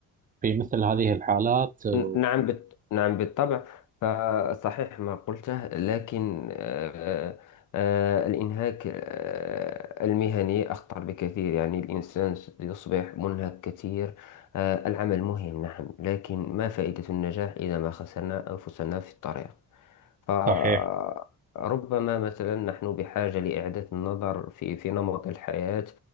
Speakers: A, on the right; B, on the left.
A: في مثل هذه الحالات آه،
B: ن- نعم بت... نعم بالطبع فصحيح ما قلته لكن آه، آه، الإنهاك آه، المهني أخطر بكثير يعني الإنسان يصبح منهك كثير آه، العمل مهم نعم لكن ما فائدة النجاح إذا ما خسرنا أنفسنا في الطريق فربما
A: صحيح
B: مثلا نحن بحاجة لإعادة النظر في في نمط الحياة